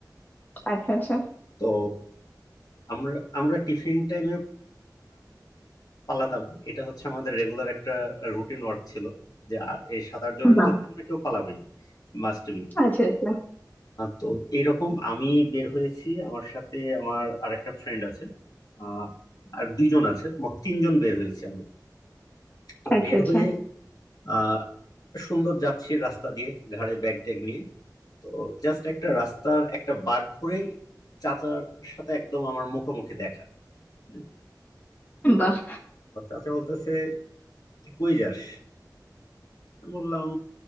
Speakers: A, on the left (about 25°); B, on the left (about 60°).
A: আচ্ছা আচ্ছা
B: তো আমরা আমরা টিফিন টাইমে পালাতাম এটা হচ্ছে আমাদের রেগুলার একটা রুটিন ওয়ার্ক ছিল যে আ- এই সাত আট জনের
A: বাহ!
B: ভিতর থেকে না কেউ পালাবেই মাস্ট বি
A: আচ্ছা, আচ্ছা।
B: তো এইরকম আমি বের হয়েছি আমার সাথে আমার আরেকটা ফ্রেন্ড আছে আহ, আর দুইজন আছে মোট তিনজন বের হয়েছি আমরা তো
A: আচ্ছা,
B: বের
A: আচ্ছা।
B: হয়ে আহ, সুন্দর যাচ্ছি রাস্তা দিয়ে ঘাড়ে ব্যাগ ট্যাগ নিয়ে তো জাস্ট একটা রাস্তার একটা বাঁক ঘুরে চাচার সাথে একদম আমার মুখোমুখি দেখা হুম,
A: বাহ!
B: তো চাচা বলতেছে তুই কই যাস আমি বললাম